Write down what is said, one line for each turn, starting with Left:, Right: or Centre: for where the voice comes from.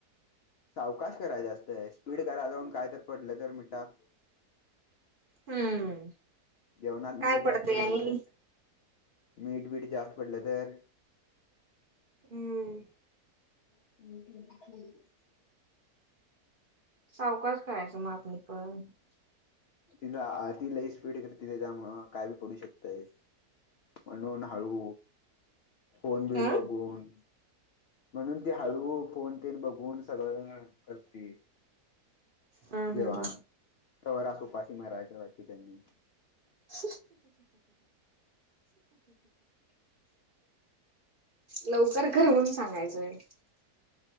Left: सावकाश कराय जास्त आहे स्पीड कराय जाऊन काय तर पडलं तर मिठात.
Right: हम्म
Left: जेवणात
Right: काय
Left: मीठ जास्त
Right: पडतंय
Left: पडलं
Right: आणि
Left: तर मीठ बीठ जास्त पडलं तर?
Right: हम्म
Left: <inaudible>
Right: सावकाच करायचं मा आपल <unintelligible>
Left: तिला ति लई स्पीड कर ति त्याच्यामुळ काय बी पडू शकतय. म्हणन हाळू. फोन बिन
Right: अं
Left: बघून म्हणून ते हळू फोन तेन बघून सगळं. कर्ती.
Right: हम्
Left: जेवाण
Right: हम हम
Left: तवरस उपाशी मारयच्या बाकीच्यांनी.
Right: <inaudible> लवकर कर म्हणून सांगायचं.